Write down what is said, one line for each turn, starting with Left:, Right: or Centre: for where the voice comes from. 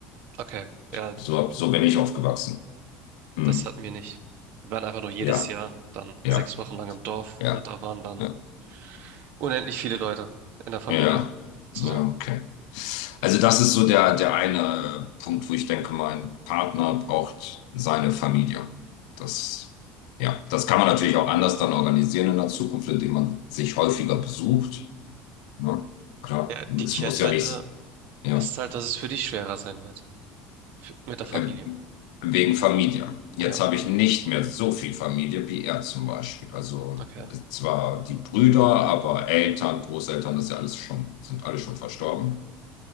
Right: Okay, ja,
Left: So, so bin ich aufgewachsen. Hm.
Right: das hatten wir nicht. Wir waren einfach nur jedes
Left: Ja,
Right: Jahr dann
Left: ja,
Right: sechs Wochen lang im Dorf
Left: ja.
Right: und da waren dann
Left: ja.
Right: unendlich viele Leute in der Familie
Left: Ja,
Right: zusammen.
Left: ja, okay. Also das ist so der, der eine äh, Punkt, wo ich denke, mein Partner braucht seine Familie. Das, ja, das kann man natürlich auch anders dann organisieren in der Zukunft, indem man sich häufiger besucht. Ne? Klar,
Right: Ja, die
Left: es
Right: Kehrtwende
Left: muss ja nicht, ja,
Right: ist halt, dass es für dich schwerer sein wird. F- Mit der Familie.
Left: ähm, wegen Familie. Jetzt
Right: Ja,
Left: habe ich nicht mehr so viel Familie wie er zum Beispiel. Also
Right: okay.
Left: zwar die Brüder, aber Eltern, Großeltern, das ist ja alles schon, sind alle schon verstorben.